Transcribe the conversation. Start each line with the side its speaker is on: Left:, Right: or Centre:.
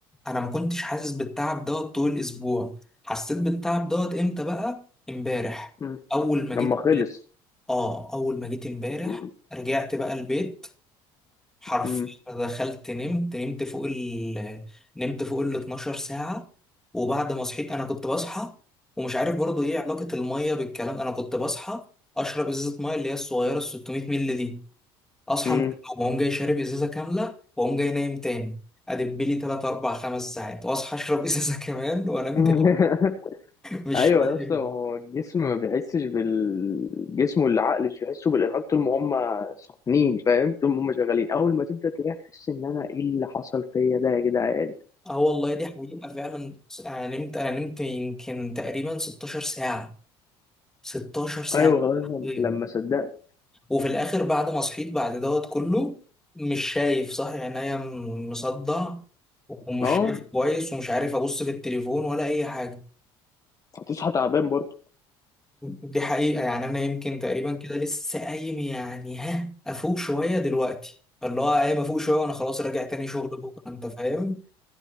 Centre: انا ما كنتش حاسس بالتعب دوت طول الاسبوع حسيت بالتعب دوت امتى بقى امبارح
Left: مم.
Centre: اول ما
Left: لما
Centre: جيت
Left: خلص
Centre: ب... اه اول ما جيت امبارح
Left: مم.
Centre: رجعت بقى البيت حرفيا
Left: مم.
Centre: أنا دخلت نمت نمت فوق ال نمت فوق ال 12 ساعة وبعد ما صحيت أنا كنت بصحى ومش عارف برضو إيه علاقة المية بالكلام أنا كنت بصحى أشرب إزازة مية اللي هي الصغيرة ال 600 مللي دي أصحى
Left: مم.
Centre: من النوم وأقوم جاي شارب إزازة كاملة وأقوم جاي نايم تاني أدب لي تلات أربع خمس ساعات وأصحى أشرب إزازة <laughs> كمان وأنام
Left: <laughs>
Centre: تاني مش
Left: ايوه
Centre: فاهم
Left: يا اسطى هو الجسم ما بيحسش بالجسم والعقل مش بيحسوا بالارهاق طول ما هم سخنين فاهم طول ما هم شغالين اول ما تبدا تريح تحس ان انا ايه اللي حصل فيا ده يا جدعان
Centre: أه والله دي حقيقة فعلا أنا نمت أنا نمت يمكن تقريبا 16 ساعة 16 ساعة
Left: ايوه خلاص
Centre: حرفياً.
Left: لما صدقت
Centre: وفي الاخر بعد ما صحيت بعد دوت كله مش شايف صح عينيا م- مصدع ومش
Left: اه
Centre: شايف كويس ومش عارف ابص في التليفون ولا اي حاجه
Left: هتصحى تعبان برضه
Centre: دي حقيقه يعني انا يمكن تقريبا كده لسه قايم يعني ها افوق شويه دلوقتي اللي هو قايم افوق شويه وانا خلاص راجع تاني شغل بكره انت فاهم